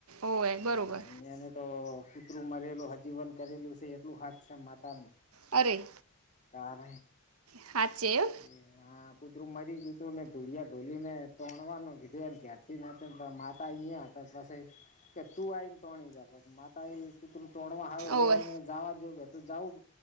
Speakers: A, on the right; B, on the left.
A: ઓવે
B: હ
A: બરોબર
B: અન્યાને તો કુતરું મરેલું હજીવન કરેલું છે એટલું હાથ છે માતાનું
A: અરે
B: તાર
A: સાચે એમ
B: એ હા કૂતરું મરી ગયતું ને ધૂુળિયા ઢોલી ને તોણવાનું કીધું એમ ઘેર થી <inaudible> કે માતા અયા હતા પછ કે તું આવીને તોણી જા <unintelligible> મા તા એ કુતું તોણવા સારું
A: ઓવે
B: એને જવા જો જવું પડ્યું